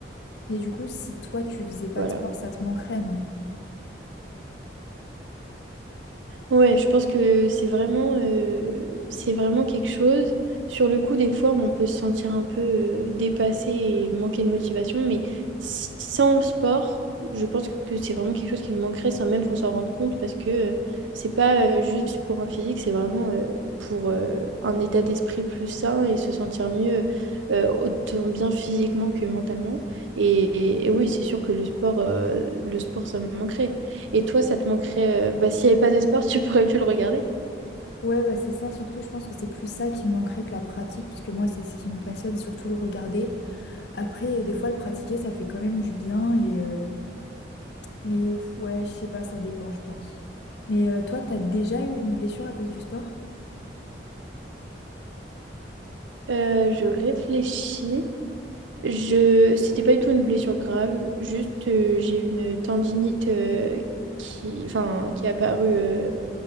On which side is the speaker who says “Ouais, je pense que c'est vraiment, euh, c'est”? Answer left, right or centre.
Right